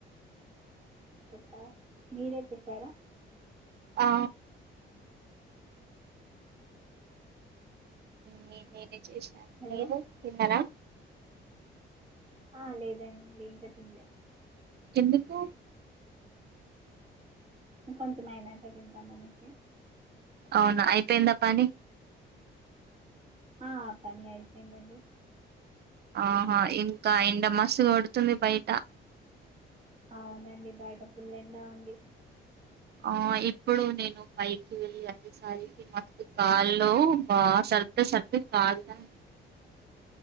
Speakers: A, on the right; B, on the right.
A: చెప్ప మీరే చెసారా
B: ఆ నే నేనే చేషిన
A: హలో
B: మీరు తిన్నర
A: ఆ లేదండి ఇంక తిన్లే
B: ఎందుకు
A: ఇంకొంచెం అయినంక తింటామనేసి
B: అవున అయిపేంద పని
A: ఆ పని అయిపెందండి
B: ఆహా ఇంకా ఎండ మస్తు కొడుతుంది బయట
A: అవునండి బయట ఫుల్ ఎండా ఉంది
B: ఆ ఇప్పుడు నేను పైకి వెళ్ళి అచేసరికి మత్తు కాళ్ళు బాగా సర్దు సర్దు కాల్తంది